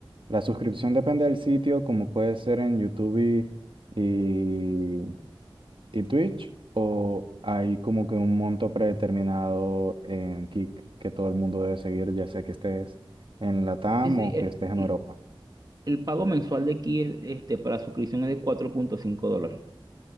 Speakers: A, on the right; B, on the right.
A: la suscripción depende del sitio, como puede ser en YouTube y, y, y Twitch, o hay como que un monto predeterminado en Kick que todo el mundo debe seguir, ya sea que estés en LATAM
B: Sí, sí,
A: o
B: el,
A: que estés en
B: el-
A: Europa.
B: el pago mensual de Kick es- este, para suscripción es de cuatro punto cinco dólares.